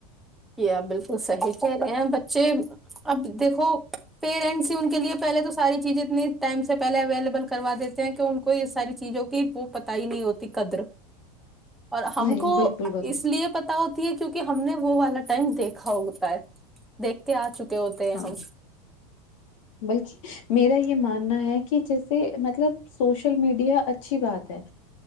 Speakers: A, in the centre; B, on the left.
A: پ بالکل صحیح کہہ رہے ہیں بچے اب دیکھو پیرنٹس ہی ان کے لیے پہلے تو ساری چیزیں اتنی ٹائم سے پہلے اویلیبل کروا دیتے ہیں کہ ان کو یہ ساری چیزوں کی وہ پت ہی نہیں ہوتی قدر اور ہم
B: نہیں
A: کو
B: بالکل گو،
A: اس لیے پتا ہوتی ہے کیونکہ ہم نے وہ والا دیکھا ہوتا ہے دیکھتے آ چکے ہوتے ہیں
B: ہاں
A: ہم
B: بلکہ میرا یہ ماننا ہے کہ جیسے مطلب سوشل میڈیا اچھا اچھی بات ہے